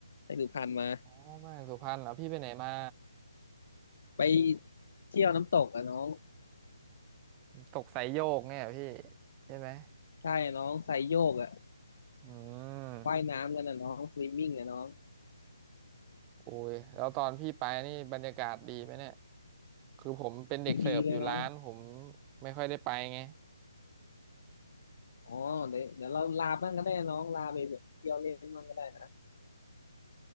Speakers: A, on the left; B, on the right.
A: ไปสุพรรณมา
B: อ๋อมาจากสุพรรณเหรอพี่ไปไหนมา
A: ไปเที่ยวน้ำตกอะน้อง
B: ตกสายโยกเนี่ยเหรอพี่ใช่ไหม
A: ใช่น้องไซโยกอะ
B: อืม
A: ว่ายน้ำกันนะน้องสวิมมิ่งอะน้อง
B: โอ้ยแล้วตอนพี่ไปนี่บรรยากาศดีไหมเนี่ยคือผมเป็นเด็กเสิร์ฟอยู่ร้านผม
A: ดีเลยน้อง
B: ไม่ค่อยได้ไปไง
A: อ๋อเดี๋ยวเดี๋ยวเราลาบ้างก็ได้น้องลาไปแบบเที่ยวเล่นบ้างก็ได้นะ